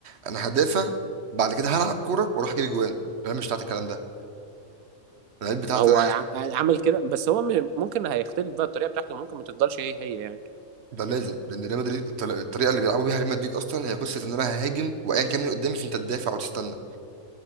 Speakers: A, on the right; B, on the right.
A: انا هدافع بعد كده هلعب كوره واروح اجيب جوان الريال مش بتاعت الكلام ده الريال بتاعت
B: هو
A: انا
B: ع- عمل كده بس هو م- ممكن هيختلف بقى الطريقه بتاعته ممكن ما تفضلش هي هي يعني
A: ده لازم لان ريال مدريد الطل- الطريقه اللي بيلعبوا بيها ريال مدريد اصلا هي قصه ان انا ههاجم وايا كان اللي قدامي فانت تدافع وتستنى